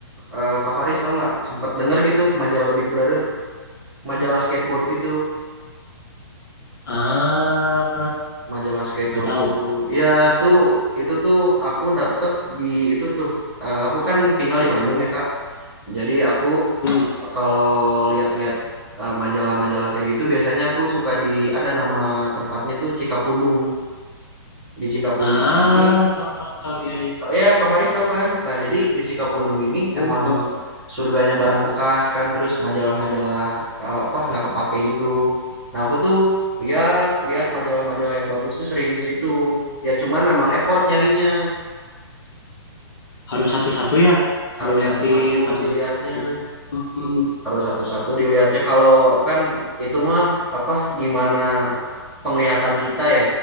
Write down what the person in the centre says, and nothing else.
Eh Kak Faris tahu nggak sempat denger gitu majalah Big Brother, majalah skateboard gitu,
majalah skateboard
gitu. Ya itu itu tuh aku dapet di itu tuh eh, aku kan tinggal di Bandung ya Kak. Jadi aku
kalau lihat-lihat eh, majalah-majalah kayak gitu biasanya aku suka di ada nama tempatnya tuh Cikapundung. Di Cikapundung
ini
Kak- Ya, Kak Faris tahu kan? Nah, jadi di Cikapundung ini
emang
surganya barang bekas kan, terus majalah-majalah eh, apa nggak kepake gitu. Nah, aku tuh lihat lihat majalah-majalah yang bagus tuh sering di situ. Ya cuman memang effort nyarinya,
harus
satu-satu
dilihatnya.
harus satu-satu dilihatnya kalau kan itu mah apa gimana penglihatan kita ya